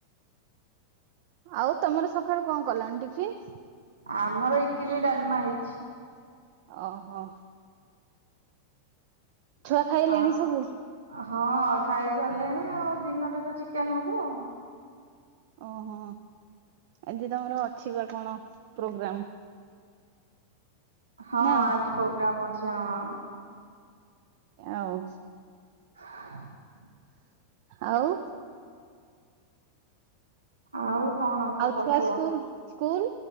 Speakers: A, on the right (about 50°); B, on the right (about 75°).
A: ଆଉ ତମର ସକାଳୁ କଣ କଲଣି ଟିଫିନ?
B: ଆମର ଇଟିଲି ଡାଲମା ହେଇଛି।
A: ଓହୋ। ଛୁଆ ଖାଇଲେଣି
B: ଆ
A: ସବୁ?
B: ହଁ ଖାଇ ସାରିଲେଣି ଆଉ, ଦିନରେ ତ ଚିକେନ ହବ ଆଉ।
A: ଓହୋ ଆଜି ତମର ଅଛି ବା କଣ ପ୍ରୋଗ୍ରାମ?
B: ହଁ
A: ନା
B: ଆଜି ପ୍ରୋଗ୍ରାମ ଅଛି, ହଁ।
A: ଆଉ
B: <unintelligible>
A: ଆଉ
B: ଆଉ କଣ ଖବର
A: ଆଉ ଛୁଆ
B: କୁହ?
A: ସ୍କୁଲ ସ୍କୁଲ